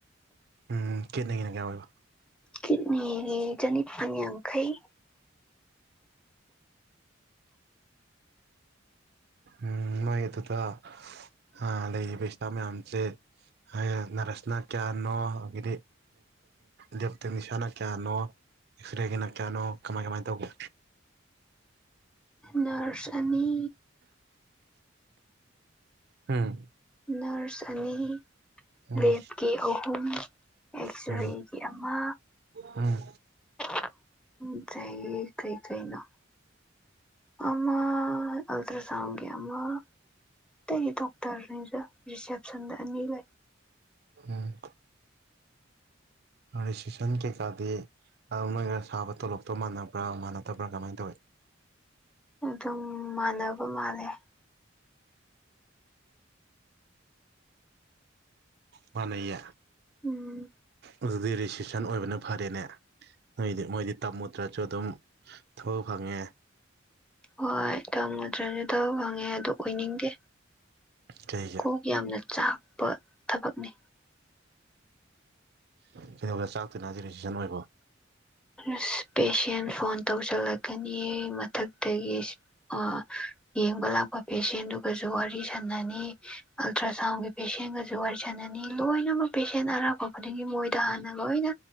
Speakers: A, on the right; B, in the centre.
A: ꯎꯝ ꯀꯤꯠꯅꯤ ꯒꯤ ꯅꯥ ꯀꯌꯥ ꯑꯣꯏꯕ
B: ꯀꯤꯠꯅꯤꯒꯤ ꯆꯥꯅꯤꯄꯥꯟ ꯌꯥꯡꯈꯩ
A: ꯎꯝ ꯃꯣꯏ ꯑꯗꯨꯗ ꯑꯥ ꯂꯩꯔꯤꯕ ꯏꯁꯇꯥꯕ ꯃꯌꯥꯝꯖ‌ꯦ ꯍꯥꯌꯦꯡ ꯅꯔꯁꯅꯥ ꯀꯌꯥꯅꯣ ꯑꯗꯒꯤꯗꯤ ꯂꯦꯞ ꯇꯦꯛꯅꯤꯁꯤꯌꯥꯅ ꯀꯌꯥꯅꯣ ꯑꯦꯛꯁꯇꯔ꯭ꯦꯒꯤꯅ ꯀꯌꯥꯅꯣ ꯀꯃꯥꯏ ꯀꯃꯥꯏꯅ ꯇꯧꯒꯦ
B: ꯅꯔ꯭ꯁ ꯑꯅꯤ
A: ꯎꯝ.
B: ꯅꯔꯁ ꯑꯅꯤ
A: ꯎꯝ
B: ꯂꯦꯞꯀꯤ ꯑꯍꯨꯝ ꯑꯦꯛꯁꯇꯔ꯭ꯦꯒꯤ
A: ꯎꯝ
B: ꯑꯃ
A: ꯎꯝ
B: <unintelligible> ꯇꯌꯦ ꯀꯩ ꯀꯩꯩꯅꯣ ꯑꯃ ꯑꯜꯇ꯭ꯔ ꯁꯥꯎꯟꯒꯤ ꯑꯃ ꯑꯇꯩ ꯊꯣꯛ <unintelligible> ꯔꯤꯁꯦꯞꯁꯟꯗ ꯑꯅꯤ ꯂꯩ
A: ꯎꯝ ꯔꯤꯁꯤꯞꯁꯟ ꯀꯩꯀꯥꯗꯤ ꯑ ꯃꯣꯏꯒ ꯁꯥꯕ ꯇꯣꯂꯣꯞꯇꯣ ꯃꯥꯟꯅꯕ꯭ꯔꯥ ꯃꯥꯟꯅꯗꯕ꯭ꯔꯥ ꯀꯃꯥꯏꯅ ꯇꯧꯏ
B: ꯑꯗꯨꯝ ꯃꯥꯟꯅꯕ ꯃꯥꯜꯂꯦ
A: ꯃꯥꯟꯅꯩꯌꯦ
B: ꯎꯝ
A: ꯑꯗꯨꯗꯤ ꯔꯤꯁꯤꯞꯁꯟ ꯑꯣꯏꯕꯅ ꯐꯔꯦꯅꯦ ꯅꯣꯏꯗꯤ ꯃꯣꯏꯗꯤ ꯇꯝꯃꯨꯗ꯭ꯔ ꯁꯨ ꯑꯗꯨꯝ ꯊꯥꯕꯛ ꯐꯪꯉꯦ
B: ꯍꯣꯏ ꯇꯝꯃꯨꯗ꯭ꯥꯔꯁꯨ ꯊꯥꯕꯛ ꯐꯪꯉꯦ ꯑꯗꯨ ꯑꯣꯏꯅꯤꯡꯗꯦ
A: ꯀꯩꯒꯤ
B: ꯀꯣꯛ ꯌꯥꯝꯅ ꯆꯥꯛꯄ ꯊꯥꯕꯛꯅꯤ
A: ꯀꯩꯗꯧꯕꯗ ꯆꯥꯛꯇꯨꯏꯅꯣ ꯍꯥꯢꯁꯦ ꯕꯤꯁꯤꯞꯁꯟ ꯑꯣꯢꯕꯣ
B: ꯑꯁ ꯄꯦꯁꯦꯟ ꯐꯣꯟ ꯇꯧꯁꯤꯜꯂꯛꯀꯅꯤ ꯃꯊꯛꯇꯒꯤ ꯑ ꯌꯦꯡꯕ ꯂꯥꯛꯄ ꯄꯦꯁꯦꯟꯗꯨꯒꯁꯨ ꯋꯥꯔꯤ ꯁꯥꯟꯅꯅꯤ ꯑꯜꯇ꯭ꯔ ꯁꯥꯎꯟꯒꯤ ꯄꯦꯁꯦꯟꯒꯁꯨ ꯋꯥꯔꯤ ꯁꯥꯟꯅꯅꯤ ꯂꯣꯏꯅꯃꯛ ꯄꯦꯁꯦꯟ ꯑꯔꯥꯞꯄ ꯈꯨꯗꯤꯡꯒꯤ ꯃꯣꯏꯗ ꯍꯥꯟꯅ ꯂꯣꯏꯅ